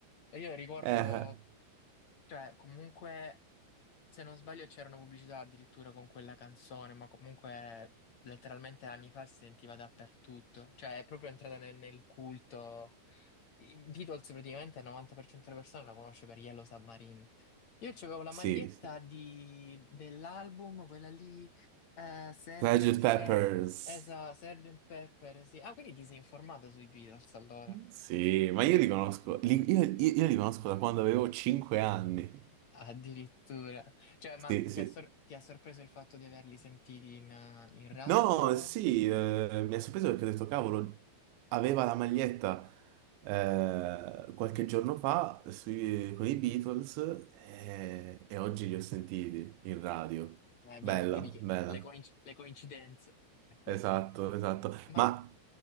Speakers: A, on the left; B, on the right.
A: E io ricordo,
B: Eh,
A: cioè, comunque. Se non sbaglio c'era una pubblicità addirittura con quella canzone, ma comunque letteralmente anni fa si sentiva dappertutto, cioè è proprio entrata nel, nel culto. I Beatles praticamente il 90% delle persone la conosce per Yellow Submarine. Io avevo la
B: sì,
A: maglietta
B: sì.
A: di- dell'album, quella lì, eh, Sgt.
B: Sgt. Peppers.
A: Pe- esa, Sgt. Pepper, sì. Ah, quindi ti sei informato sui Beatles allora?
B: Sì, ma io li conosco, li- io, io- io li conosco da quando avevo 5 anni.
A: Addirittura. Cioè, ma
B: Sì, sì.
A: ti ha, sor- ti ha sorpreso il fatto di averli sentiti in, eh, in radio?
B: No, sì, eh, mi ha sorpreso perché ho detto, cavolo, aveva la maglietta eh, qualche giorno fa sui- con i Beatles e, e oggi li ho sentiti in radio.
A: Eh,
B: Bella,
A: vedi, vedi
B: bella,
A: che le, coinc- le coincidenze. <laughs>
B: esatto, esatto.
A: Ma
B: Ma